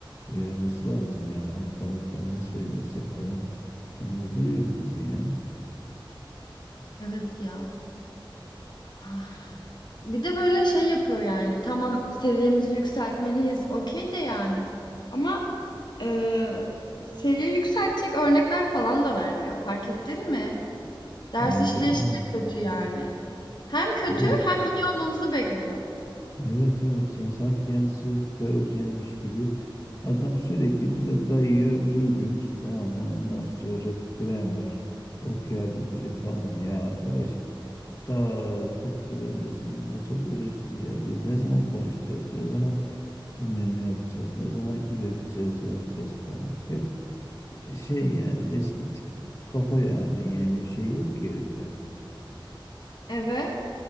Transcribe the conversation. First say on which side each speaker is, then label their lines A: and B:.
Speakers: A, on the left; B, on the left.
A: uyarması lazım yani alt taraftan ne söylersek adam tanıdığı yok bizi ya.
B: Evet ya. Ah. Bir de böyle şey yapıyor yani. Tamam seviyemizi yükseltmeliyiz. Okey de yani. Ama eee seviye yükseltecek örnekler falan da vermiyor. Fark ettin mi? Ders
A: Yani
B: işleyişi de kötü yani. Hem kötü
A: evet.
B: hem iyi olmamızı bekliyor.
A: Evet evet ya sanki kendisi süper hocaymış gibi. Adam sürekli bize dayıyor reading tamam mı? Ondan sonra grammar, vocabulary falan ya arkadaş. Ta 40 yıl öncesinin metodolojisi ya. Biz ne zaman konuşacağız? Ne zaman dinleme yapacağız? Ne zaman üreteceğiz, yazacağız falan. Hep şey yani eski tip kafa yani. Yeni bir şey yok ki herifte.
B: Evet.